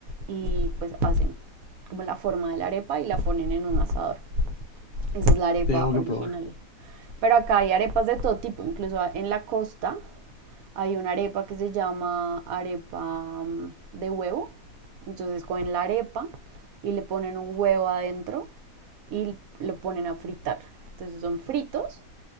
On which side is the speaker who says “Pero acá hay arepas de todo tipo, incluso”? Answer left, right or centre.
Right